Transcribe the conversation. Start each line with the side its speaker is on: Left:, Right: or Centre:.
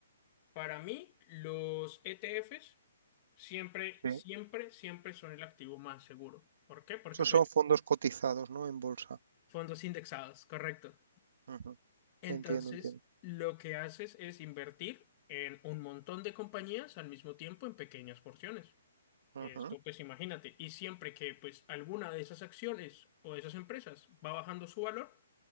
Left: Para mí, los ETFs siempre,
Right: Sí.
Left: siempre, siempre son el activo más seguro. ¿Por qué? Porque
Right: Esos
Left: pues
Right: son fondos cotizados, ¿no? En bolsa.
Left: fondos indexados, correcto.
Right: Ujú,
Left: Entonces,
Right: Entiendo, entiendo.
Left: lo que haces es invertir en un montón de compañías al mismo tiempo en pequeñas porciones.
Right: Ujú,
Left: Esto pues imagínate, y siempre que pues alguna de esas acciones o de esas empresas va bajando su valor,